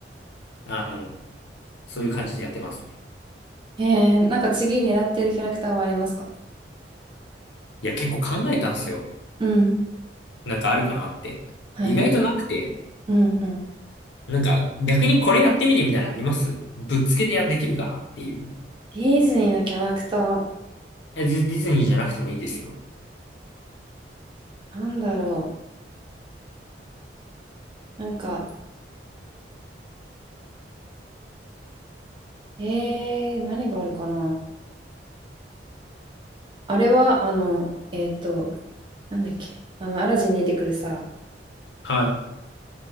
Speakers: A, on the left (about 80°); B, on the right (about 25°).
A: あの、そういう感じでやってますね。
B: ええー、なんか次狙ってるキャラクターはありますか
A: いや、結構考えたんですよ。
B: うん。
A: なんかあるかなって。
B: はいはい。
A: 意外となくて、
B: うんうん。
A: なんか逆にこれやってみてみたいなのありますぶっつけでやできるかなっていう。
B: ディズニーのキャラクター、
A: え、ディディズニーじゃなくてもいいですよ。
B: なんだろう。なんか、えー、何があるかな。あれは、あの、えっと、なんだっけ。あの、アラジンに出てくるさ、
A: はい。